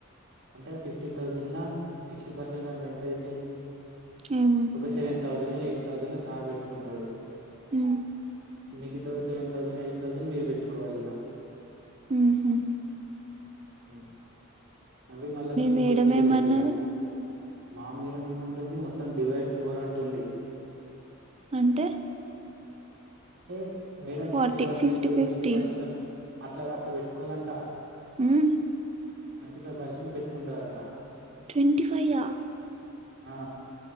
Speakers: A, on the right (about 60°); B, on the right (about 30°).
A: అంటే ఆ ఫిఫ్టీన్ థౌజెన్ లా సిక్స్టీ పర్సెంటంటే ఎంతైద్ది
B: ఏమో
A: ఒక సెవెన్ థౌజనో ఎయిట్ థౌజనో సార్ బెట్టుకుంటాడు
B: హ్మ్
A: మిగతా సెవన్ థౌజను ఎయిట్ థౌజన్ మీర్ బెట్టుకోవాలిగా
B: ఊహు
A: ఉ అవి మళ్ళా మీ ముగ్గురుకి
B: మేడం
A: డివైడిగా
B: ఏమన్నది
A: మామొల్గ మేమంటుంది మొత్తం డివైడ్ ఫోర్ అంటుంది
B: అంటే
A: టే madam
B: forty
A: fifty percent
B: fifty
A: sixty పర్సెంటట్ల అట్లా అట్ల వెట్టుకోదంట
B: ఊ
A: ట్వంటీ ఫైవ్ పర్సెంట్ బెట్టుకుంటాదంట
B: ట్వంటి ఫైయ్యా
A: ఆ